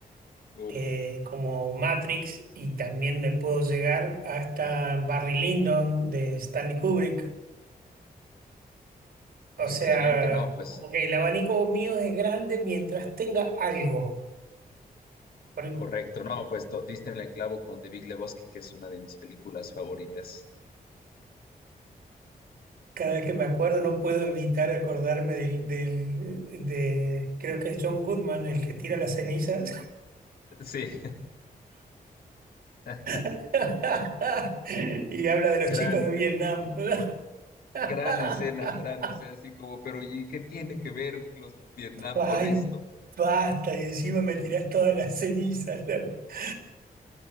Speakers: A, on the left (about 85°); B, on the right (about 85°).
A: uf,
B: eh, como Matrix y también me puedo llegar hasta Barry Lyndon de Stanley Kubrick. O
A: excelente.
B: sea,
A: No, pues
B: como que el abanico mío es grande mientras tenga algo. Por-
A: correcto, no, pues to- diste en el clavo con The Big Lebowski, que es una de mis películas favoritas.
B: Cada vez que me acuerdo no puedo evitar acordarme del, del- de, creo que es John Goodman el que tira las cenizas
A: Sí. <laughs>
B: <laughs> y habla de los
A: Gran,
B: chicos de Vietnam. <laughs>
A: Gran escena, gran escena, así como, pero ¿y qué tiene que ver los Vietnam
B: Ay,
A: con esto?
B: basta, y encima me tirás todas las cenizas. <laughs>